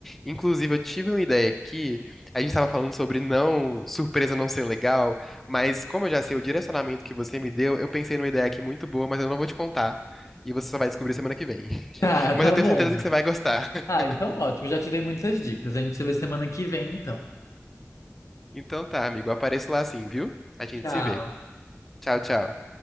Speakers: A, in the centre; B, on the left (about 85°).
A: Inclusive, eu tive uma ideia aqui, a gente estava falando sobre não, surpresa não ser legal, mas como eu já sei o direcionamento que você me deu, eu pensei numa ideia aqui muito boa, mas eu não vou te contar. E você só vai descobrir semana que vem. <laughs>
B: Tá, tá
A: Mas eu tenho
B: bom.
A: certeza que você vai gostar. <laughs>
B: Ah, então ótimo, já te dei muitas dicas. A gente se vê semana que vem, então.
A: Então tá, amigo, apareço lá sim, viu? A gente
B: Tchau.
A: se vê. Tchau, tchau.